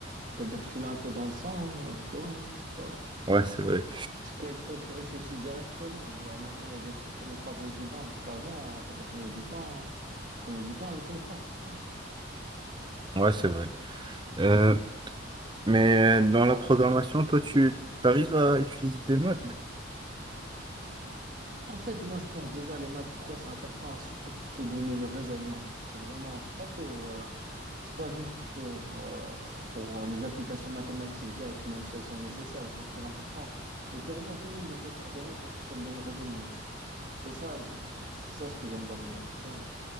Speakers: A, on the right; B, on the right.
A: C'est-à-dire que tu l'as un peu dans le sang, hein, tu vois, c'est pas.
B: Ouais, c'est vrai.
A: C'est quelque chose, tu réfléchis directement. Là, maintenant, il y a des trucs, ça nous paraît évident, alors qu'avant, ça prenait du temps, prenait du temps à les comprendre, tu vois.
B: Ouais, c'est vrai. Euh, mais dans la programmation, toi, tu arrives à utiliser des maths?
A: En fait, moi, je pense déjà les maths, pourquoi c'est important, surtout pour te donner le raisonnement. C'est vraiment, c'est pas pour, euh, c'est pas juste pour, euh, pour les applications mathématiques directes, même si elles sont nécessaires, elles sont très importantes. Mais pour moi, tout le monde devrait faire des maths parce que ça te donne le raisonnement. C'est ça, le- ce- ça ce que j'aime dans les maths, tu vois.